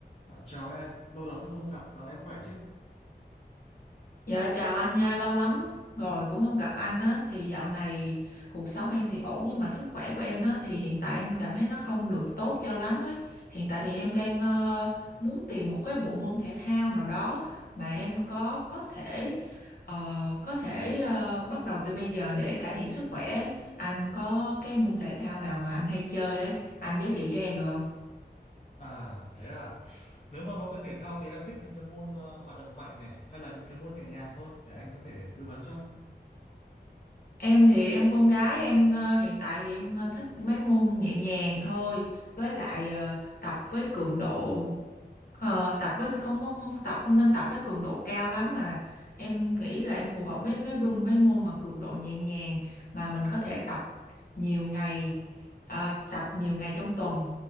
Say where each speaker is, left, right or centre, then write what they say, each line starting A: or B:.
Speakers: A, on the left; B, on the left.
A: Ờ, chào em, lâu lắm rồi không gặp, dạo này em khỏe chứ?
B: Dạ chào anh nha, lâu lắm rồi cũng không gặp anh á thì dạo này cuộc sống em thì ổn nhưng mà sức khỏe của em á thì hiện tại em cảm thấy nó không được tốt cho lắm ấy. Hiện tại thì em đang ờ, muốn tìm một cái bộ môn thể thao nào đó mà em có thể ờ, có thể ờ, bắt đầu từ bây giờ để cải thiện sức khỏe ấy. Anh có cái môn thể thao nào mà anh hay chơi ấy, anh giới thiệu cho em được không?
A: À, thế à? Nếu mà nói về thể thao thì em thích những cái môn ờ, hoạt động mạnh này hay là những cái môn nhẹ nhàng thôi để anh có thể tư vấn cho.
B: Em thì em con gái em ờ, hiện tại thì em ờ, thích mấy môn nhẹ nhàng thôi với lại ờ, tập với cường độ ờ, tập với không, không không tập không nên tập với cường độ cao lắm mà em nghĩ là em phù hợp với mấy đúng mấy môn mà cường độ nhẹ nhàng mà mình có thể tập nhiều ngày ờ, tập nhiều ngày trong tuần